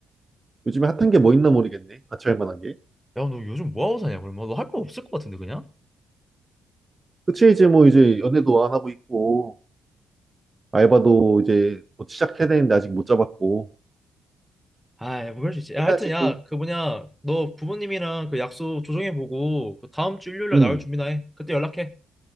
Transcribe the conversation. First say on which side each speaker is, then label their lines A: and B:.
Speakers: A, on the right (about 25°); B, in the centre.
A: 요즘에 핫한 게 뭐 있나 모르겠네. 같이 할 만한 게.
B: 야, 너 요즘 뭐 하고 사냐? 그러면 너 할 거 없을 것 같은데, 그냥?
A: 그치, 이제 뭐 이제 연애도 안 하고 있고, 알바도 이제 뭐 시작해야 되는데 아직 못 잡았고.
B: 아, 뭐 그럴 수 있지. 야, 하여튼
A: 해야지
B: 야,
A: 또.
B: 그 뭐냐, 너 부모님이랑 그 약속 조정해 보고 그 다음 주 일요일 날
A: 음.
B: 나올 준비나 해. 그때 연락해.